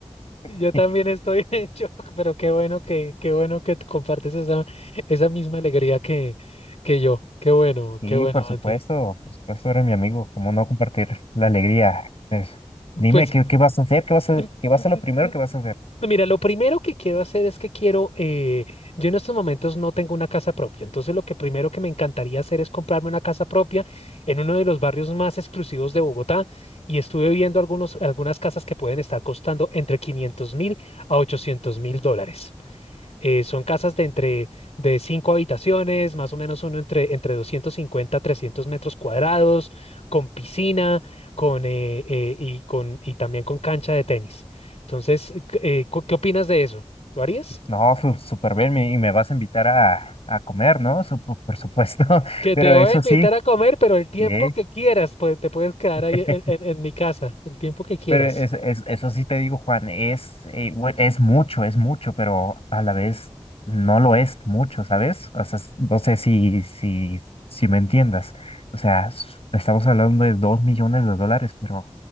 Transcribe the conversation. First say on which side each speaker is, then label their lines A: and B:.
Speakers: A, on the left; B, on the left.
A: <laughs>
B: Yo también estoy <laughs> en shock, pero qué bueno que, qué bueno que tú compartes esa, esa misma alegría que, que yo. Qué bueno,
A: Sí,
B: qué bueno,
A: por supuesto,
B: Antonio.
A: por supuesto, eres mi amigo, cómo no compartir la alegría. Es- dime,
B: Pues,
A: ¿qué, qué vas a hacer? ¿Qué vas a,
B: mm,
A: qué va
B: mm,
A: a ser lo primero
B: mm, mm,
A: que vas a hacer?
B: mira, lo primero que quiero hacer es que quiero, eh, yo en estos momentos no tengo una casa propia, entonces lo que primero que me encantaría hacer es comprarme una casa propia en uno de los barrios más exclusivos de Bogotá y estuve viendo algunos, algunas casas que pueden estar costando entre quinientos mil a ochocientos mil dólares. Eh, son casas de entre de cinco habitaciones, más o menos uno entre, entre 250 a 300 metros cuadrados, con piscina, con, eh, eh, y, con, y también con cancha de tenis. Entonces, eh, eh, cu- ¿qué opinas de eso? ¿Lo harías?
A: No, su- súper bien, me- y me vas a invitar a, a comer, ¿no? Supo- por supuesto, <laughs>
B: Que
A: pero
B: te voy
A: eso
B: a invitar
A: sí,
B: a comer, pero el tiempo
A: sí,
B: que quieras, pues te puedes quedar
A: <laughs>
B: ahí en, en en mi casa, el tiempo que quieras.
A: pero es, es- eso sí te digo, Juan, es, eh, bue- es mucho, es mucho, pero a la vez no lo es mucho, ¿sabes? O sea, s- no sé si, si, si me entiendas. O sea, s- estamos hablando de dos millones de dólares, pero